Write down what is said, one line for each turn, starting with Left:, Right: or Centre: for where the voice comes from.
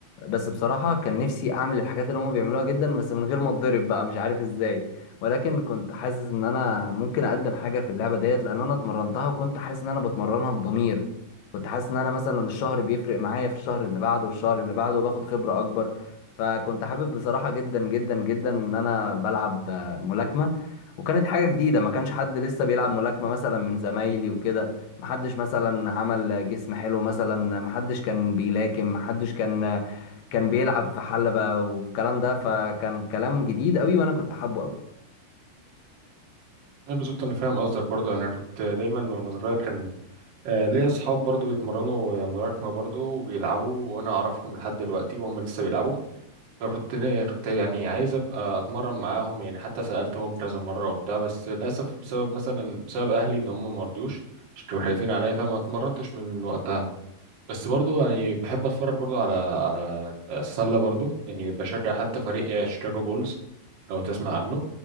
Left: بس بصراحه كان نفسي اعمل الحاجات اللي هم بيعملوها جدا بس من غير ما اتضرب بقى مش عارف ازاي ولكن كنت حاسس ان انا ممكن اقدم حاجه في اللعبه ديت لان انا اتمرنتها وكنت حاسس ان انا بتمرنها بضمير كنت حاسس ان انا مثلا الشهر بيفرق معايا في الشهر اللي بعده والشهر اللي بعده وباخد خبره اكبر فكنت حابب بصراحه جدا جدا جدا ان انا بلعب آه، ملاكمه وكانت حاجة جديدة ما كانش حد لسه بيلعب ملاكمة مثلا من زمايلي وكده ما حدش مثلا عمل جسم حلو مثلا ما حدش كان بيلاكم ما حدش كان كان بيلعب في حلبة والكلام ده فكان كلام جديد قوي وانا كنت حابه قوي
Right: لا بالظبط انا فاهم قصدك برضو انا كنت دايما وانا صغير كان آه، ليا اصحاب برضو بيتمرنوا آه، ملاكمه برضو وبيلعبوا وانا اعرفهم لحد دلوقتي وهم لسه بيلعبوا فكنت كنت يعني عايز ابقى اتمرن معاهم يعني حتى سالتهم كذا مره وبتاع بس للاسف بسبب مثلا بسبب اهلي ان هم ما رضوش مش كانوا خايفين عليا فما اتمرنتش من وقتها بس برضو يعني بحب اتفرج برضو على على السله برضو يعني بشجع حتى فريق آه، شيكاغو بولز لو تسمع عنه